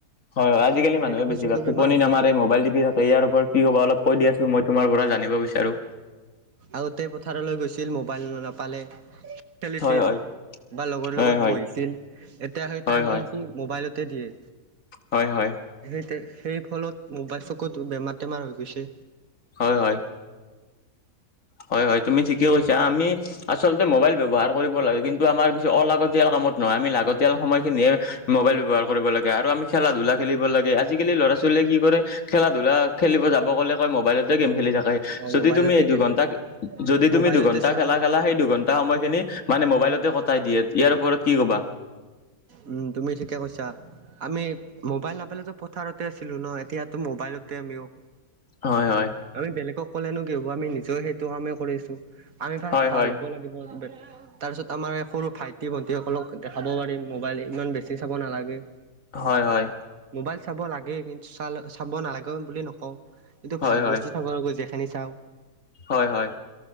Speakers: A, on the left; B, on the right.
A: হয়, আজিকালি মানুহে
B: তেনেকৈ
A: বেছিভাগ
B: চকুৰ
A: টোপনি
B: বেমাৰ হৈ
A: নামাৰে
B: যায়
A: মবাইল টিপি থাকে। ত, ইয়াৰওপৰত কি কবা, অলপ কৈ দিয়াচোন মই তোমাৰ পৰা জানিব বিচাৰো।
B: আগতে পথাৰলৈ গৈছিল, মোবাইল নাপালে। খেলিছিল
A: হয় হয়
B: বা লগৰ,
A: হয়
B: লগত
A: হয়
B: বহিছিল, এতিয়া সেই
A: হয়
B: টাইমখিনি।
A: হয়
B: মোবাইলতে দিয়ে।
A: হয় হয়।
B: সেই সেই ফলত মোবাইল চকুত বেমাৰ টেমাৰ হৈ গৈছে।
A: হয় হয়। হয় হয় তুমি ঠিকে কৈছা। আমি আচলতে মোবাইল ব্যৱহাৰ কৰিব লাগে, কিন্তু আমাৰ কিছু অলাগতিয়াল কামত নহয় আমি লাগতিয়াল সময়খিনিহে মোবাইল ব্যৱহাৰ কৰিব লাগে আৰু আমি খেলা- ধূলা খেলিব লাগে, আজিকালি ল'ৰা ছোৱালীয়ে কি কৰে খেলা -ধূলা খেলিব যাব ক'লে কয়, মোবাইলতে গেম খেলি থাকে
B: অ
A: যদি
B: মোবাইলতে
A: তুমি এই দুঘন্টা
B: খেলিম
A: যদি তুমি
B: মোবাইলতে
A: দুঘণ্টা
B: চাম
A: খেলা খেলা, সেই দুঘণ টা সময়খিনি মানে মোবাইলতে কটাই দিয়ে, ইয়াৰ ওপৰত কি ক'বা?
B: উম তুমি ঠিকে কৈছা। আমি মোবাইল নাপালেতো পথাৰতে আছিলো ন, এতিয়াতো মবাইলতে আমিও
A: হয় হয়।
B: আমি বেলেগক ক'লেনো কি হ'ব, আমি নিজেও সেইটো কামেই কৰি আছোঁ। আমি ফাৰ্ষ্ট
A: হয়
B: ভাল
A: হয়
B: হ'ব লাগিব, তাৰ পিছত আমাৰ এই সৰু ভাইটি ভন্টি সকলক দেখাব পাৰিম, মোবাইল ইমান বেছি চাব নালাগে।
A: হয় হয়।
B: মোবাইল চাব লাগে কিন্তু চা চাব নালাগে বুলিও নকওঁ, কিন্তু
A: হয়
B: ভাল
A: হয়
B: বস্তু ৰ গৈ যেখিনি চাওঁ।
A: হয়, হয়,